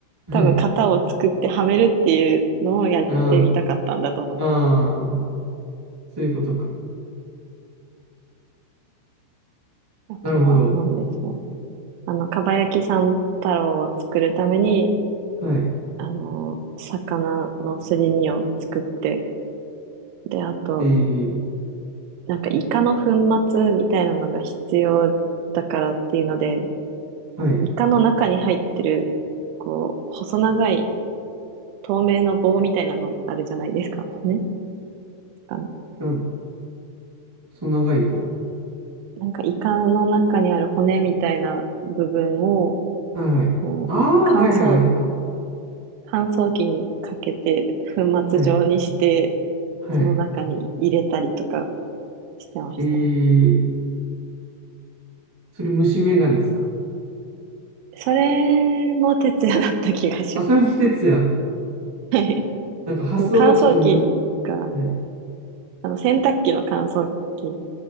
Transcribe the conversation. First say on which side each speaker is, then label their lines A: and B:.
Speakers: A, on the right (about 30°); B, on the right (about 80°).
A: はい。
B: 多分型を作ってはめるっていうのをやってみたかったんだと思います。
A: ああ、ああ、そういうことか。
B: あとは何でしょう。
A: なるほど。
B: あの、かば焼き三太郎を作るために、
A: はい。
B: あの、魚のすり身を作って、で、あと、
A: えー、
B: なんかイカの粉末みたいなのが必要だからっていうので、
A: はい。
B: あの、イカの中に入ってる、こう、細長い透明の棒みたいなのあるじゃないですか。骨あの、
A: なん、細長い棒。
B: なんかイカの中にある骨みたいな部分を、
A: はいはい。
B: こう乾燥、
A: ああ、はいはい、あれか。
B: 乾燥機にかけて粉末状にして、
A: はい、はい。
B: その中に入れたりとかしてましたね。
A: えー、それ虫眼鏡ですか。
B: それも徹夜だった気がします。
A: あ、それも哲也。
B: <laughs> はい。
A: なんか発想がちょっとむず、
B: その乾燥機が、
A: はい、
B: あの洗濯機の乾燥機